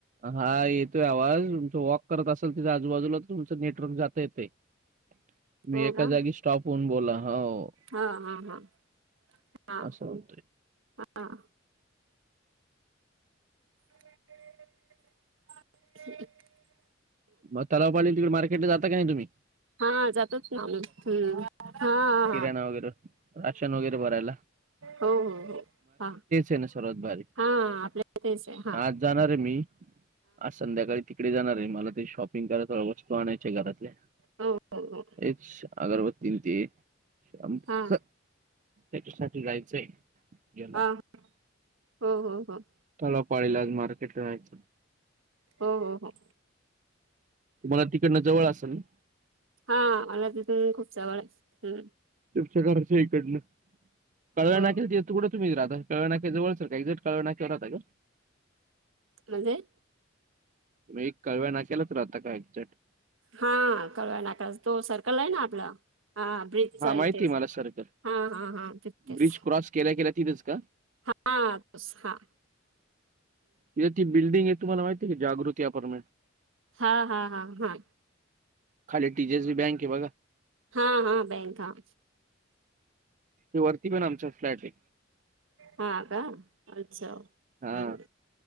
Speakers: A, on the right (about 40°); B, on the right (about 85°).
A: हा येतोय आवाज तुमच वॉक करत असाल तिथे आजूबाजूला तुमचं नेटवर्क जातय येतय. तुम्ही
B: हो
A: एका
B: का
A: जागी स्टॉप हुंन बोला, हो.
B: हां हां हां हां
A: असं होतंय
B: हां. <inaudible>
A: मग तलाव कडे तिकडे मार्केट जाता का नाही तुम्ही?
B: हां जातच ना आम्ही, हम्म. हां
A: किरणा वगैरे, राशन वगैरे बरायला?
B: हो हो हो हां
A: आहे ना सर्वात भारी
B: हां आपल्या हीतेच आहे हा.
A: आज जाणार ये मी आज संध्याकाळी तिकडे जाणार ये, मला ते शॉपिंग कराय थोडं हो आणायचे आहे घरातले
B: हो हो हो
A: येक्स अगरबती न ते. <unintelligible>
B: हां
A: त्याच्यासाठी जायचंय. याला
B: हां, हो हो हो.
A: मला <unintelligible> मार्केटला जायचं.
B: हो हो हो.
A: तुम्हाला तिकडंन जवळ असेल ना?
B: हा मला तिथून खूप चवळ आहे.
A: तुमच्या घरच्या इकडनं, कावळा
B: हो
A: नाक्याला येतो कुट तुम्ही राहता कावळा नाक्या जवळ च एक्झट कावळा नाक्या वर राहता का?.
B: म्हणजे
A: म्हणजे कळव्या नाक्याला राहता का एक्झॅक्ट?
B: हां कळवा नाकाच तो सर्कल आहे ना आपला हा फ्रिज
A: हा
B: चा
A: माहिती
B: ए तेच
A: आहे मला सर्कल
B: हां हां हां तिथेच.
A: ब्रिज क्रॉस केल्या केल्या तीथच का?
B: हां तस हा.
A: तिथे ती बिल्डिंग ये तुम्हाला माहिती ऐका जागृती अपार्टमेंट?
B: हां हां हां हां
A: खाली T J S B bank हे बघा.
B: हां हां बँक हां.
A: ते वरती पण आमच्या फ्लॅट ए
B: हा का,, अच्छा,
A: हा
B: हं